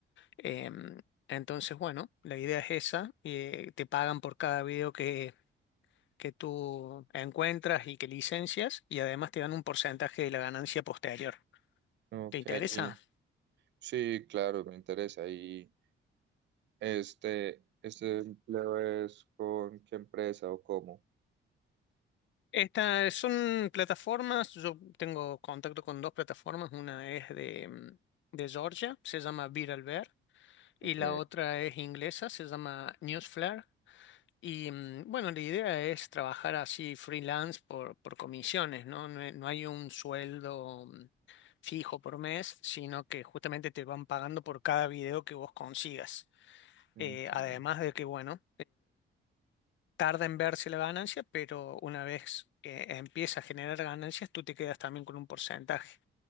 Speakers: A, on the left (about 65°); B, on the right (about 60°).
A: Em, entonces, bueno, la idea es esa. eh, te pagan por cada video que, que tú encuentras y que licencias y además te dan un porcentaje de la ganancia posterior.
B: Ok,
A: ¿Te interesa?
B: y sí, claro, me interesa. ¿Y este, este empleo es con qué empresa o cómo?
A: Estas son plataformas, yo tengo contacto con dos plataformas, una es de, mm, de Georgia, se llama Viral Bear, y
B: Ok.
A: la otra es inglesa, se llama Newsflare. Y mm, bueno, la idea es trabajar así freelance por, por comisiones, ¿no? No, he- no hay un sueldo mm, fijo por mes, sino que justamente te van pagando por cada video que vos consigas.
B: ok.
A: Eh, además de que, bueno, tarda en verse la ganancia, pero una vez que empieza a generar ganancias, tú te quedas también con un porcentaje.